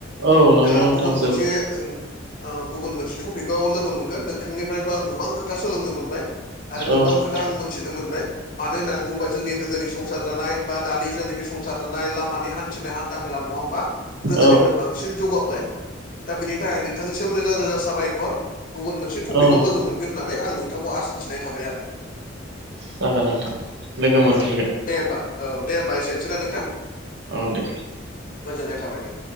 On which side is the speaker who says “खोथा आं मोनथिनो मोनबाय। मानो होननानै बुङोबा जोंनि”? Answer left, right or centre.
Left